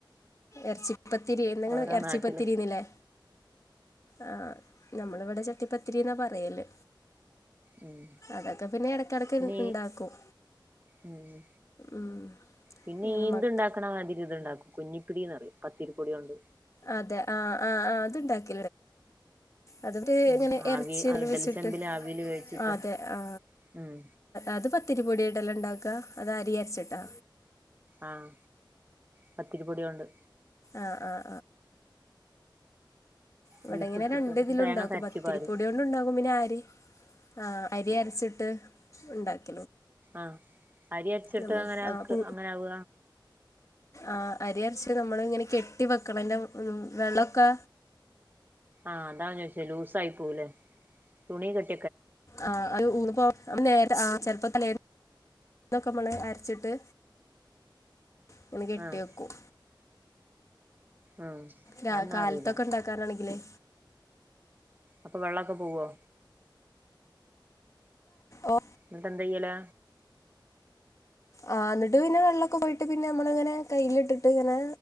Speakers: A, on the left; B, on the right.
A: എർച്ചി പ്പത്തിരിയേ നിങ്ങള്
B: ഓരോ
A: ഇറച്ചിപ്പത്തിരിന്ന്
B: നാട്ടില്
A: ല്ലേ ആഹ് നമ്മള്ഇവിടെ ട്ടിപത്തിരി ന്നാ പറയല്
B: ഉം
A: അതൊക്കെ പിന്നെ ഇടക്കിടക്ക്
B: ന്നെ
A: ഉണ്ടാക്കും
B: ഉം
A: ഉം
B: പിന്നീ
A: അങ്ങനെ
B: ന്ത്
A: മക്ക
B: ണ്ടാക്കണമാതിരി ഇതു ഉണ്ടാക്കും കുഞ്ഞിപ്പിടിന്നറിയും പത്തിരിപ്പൊടിയോണ്ട്
A: അതെ ആ ആ ആ അത്ണ്ടാക്ക അത്ട്ട്
B: ഉം
A: ഇങ്ങനെ എർച്ചി
B: ആവി
A: എല്ലും
B: ഇഡലി
A: വെച്ചിട്ട്
B: ചെമ്പില് ആവില് വേവിച്ചിട്ട്
A: ആതെ ആ
B: ഉം
A: അത് പത്തിരിപൊടിയായിട്ടല്ലേ ഇണ്ടാ ക്ക അത് അരി അര്ച്ചിട്ടാ
B: ആഹ പത്തിരിപൊടിയോണ്ട്
A: ആഹ് ആഹ് ഇവിടങ്ങനെ
B: ബീഫ് ഇട്ടിട്ട്
A: രണ്ട്തിലും
B: തേങ്ങൊക്കെ
A: ഉണ്ടാക്കും
B: അരച്ച്
A: പത്തിരിപ്പൊടിയോണ്ടും
B: പാരും
A: ണ്ടാക്കും പിന്നെ ആര് ആഹ് അരി അര്ച്ച്ട്ട് ണ്ടാക്
B: ആഹ് അരി അര്ച്ചിട്ട്
A: നമ്മൾ
B: അങ്ങനെക്ക്
A: ആഹ് പു
B: അങ്ങനെ ആവ
A: ആഹ് അരി അരച്ച് നമ്മള് ഇങ്ങനെ കെട്ടി വെക്കണം ൻ്റെ വെള്ളൊക്കെ
B: ആഹ് അതാണ് ചോച്ചേ ലൂസായി പോവുലെ തുണി കെ
A: ആ അത് ഊന്ന് പോ നമ് <unintelligible> ആ ചെലപ്പോ തലേന്ന് ന്നൊക്കെ മ്മള് അരച്ചിട്ട് തുണി കെട്ടി
B: ആഹ്
A: വെക്കും.
B: ഉം
A: രാ
B: അതൊന്നും
A: കാലത്തൊക്കെ
B: അറിയില്ല
A: ഇണ്ടാക്കാനാണെങ്കിലേ.
B: അപ്പൊ വെള്ളക്കെ പോവോ?
A: ഓ
B: ഇന്നിട്ട് എന്തിയ്യലാ?
A: ആ ഇന്നിട്ട് പിന്നെ വെള്ളൊക്കെ പോയിട്ട് പിന്നെ നമ്മള് ഇങ്ങനെ കയ്യിലിട്ടിട്ട് ഇങ്ങനെ